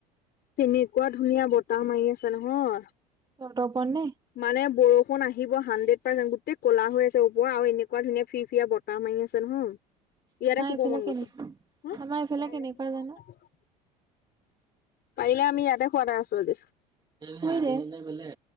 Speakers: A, on the left (about 50°); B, on the right (about 20°).
A: তেনেকুৱা ধুনীয়া বতাহ মাৰি আছে নহয়।
B: চৰ্তৰ ওপৰত নে।
A: মানে বৰষুণ আহিব হাণ্ড্ৰেড পাৰ্চেন্ট গোটেই ক'লা হৈ আছে। ওপৰত আৰু এনেকুৱা ধুনীয়া ফিৰ ফিৰিৰা ব তাহ মাৰি আছে নহয় ইয়াতে
B: আমাৰ
A: শুব
B: এইফালে
A: মন
B: কেনেকুৱা
A: গৈছে। হ
B: আমাৰ এইফালে কেনেকুৱা জানো?
A: পাৰিলে আমি ইয়াতে শুৱাতেই আছো আজি।
B: শুইদে